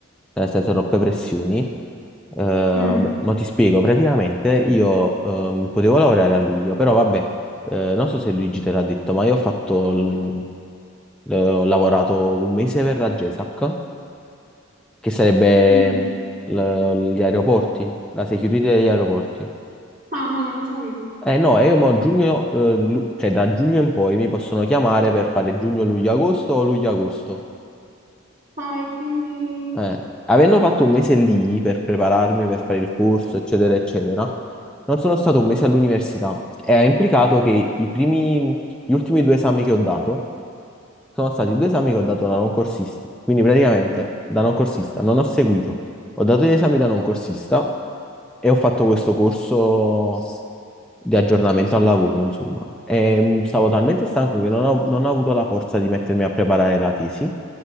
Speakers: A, in the centre; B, on the right (about 40°).
A: cioè nel senso troppe pressioni. Eh, vabbè,
B: Mm.
A: ma ti spiego, praticamente io ehm, potevo lavorare a luglio, però vabbè, eh, non so se Luigi te l'ha detto, ma io ho fatto, l- l- ho lavorato un mese per la GESAC, che sarebbe
B: Mm.
A: mm, l- gli aeroporti, la security degli aeroporti.
B: Ah, no, non lo sapevo.
A: Eh no, e io mo giugno, eh, lu- cioè da giugno in poi mi possono chiamare per fare giugno, luglio, agosto o luglio, agosto.
B: Ah, e quindi...
A: Eh, avendo fatto un mese lì per prepararmi, per fare il corso, eccetera, eccetera, non sono stato un mese all'università e ha implicato che i primi, gli ultimi due esami che ho dato sono stati due esami che ho dato da non corsisti. Quindi praticamente da non corsista non ho seguito, ho dato gli esami da non corsista e ho fatto questo corso di aggiornamento al lavoro, insomma. E, mh, stavo talmente stanco che non ho, non ho avuto la forza di mettermi a preparare la tesi